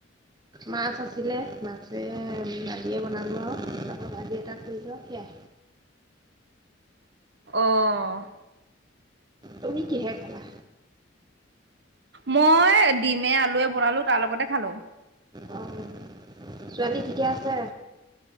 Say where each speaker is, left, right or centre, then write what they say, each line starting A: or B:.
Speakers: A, on the right (about 20°); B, on the right (about 60°).
A: মাছ আছিলে, মাছে দালিয়ে বনালো আৰু ভাঁজি এটা কৰিলো আৰু সেয়াই।
B: অহ
A: তুমি কিহে খালা?
B: মই ডিমে, আলুৱে বনালো তাৰ লগতে খালো।
A: অ' ছোৱালী ঠিকে আছে?